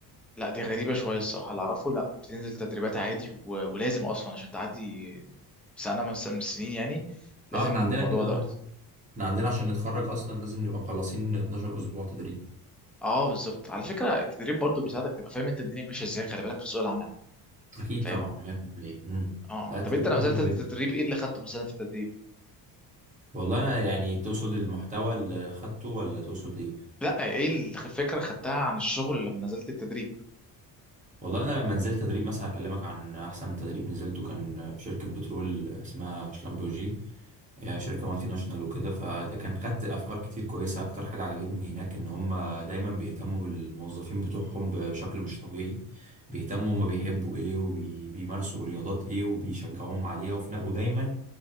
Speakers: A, in the centre; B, on the right (about 20°).
A: لا دي غريبه شويه الصراحه اللي اعرفه لا بتنزل تدريبات عادي و... ولازم اصلا عشان تعدي سنه من من السنين يعني لازم
B: اه احنا
A: الموضوع
B: عندنا كده
A: دوت
B: اه احنا عندنا عشان نتخرج اصلا لازم نبقى مخلصين 12 اسبوع تدريب
A: اه بالظبط على فكره التدريب برضو بيساعدك تبقى فاهم انت الدنيا ماشيه ازاي خلي بالك في سوق العمل
B: اكيد
A: فاهم
B: طبعا 100% امم
A: اه
B: لا التدريب
A: طب انت لما
B: مهم
A: نزلت التدريب
B: جدا
A: ايه اللي خدته مثلا في التدريب
B: والله انا يعني تقصد المحتوى اللي خدته ولا تقصد ايه
A: لا ايه الفكره خدتها عن الشغل لما نزلت التدريب
B: والله انا لما نزلت تدريب مثلا اكلمك عن احسن تدريب نزلته كان في شركه بترول اسمها شلمبورجي هي شركه مالتي ناشونال وكده فده كان خدت افكار كتير كويسه اكتر حاجه عجبتني هناك ان هم دايما بيهتموا بالموظفين بتوعهم بشكل مش طبيعي بيهتموا هم بيحبوا ايه وبيمارسوا رياضات ايه وبيشجعوهم عليها وفي ن- ودايما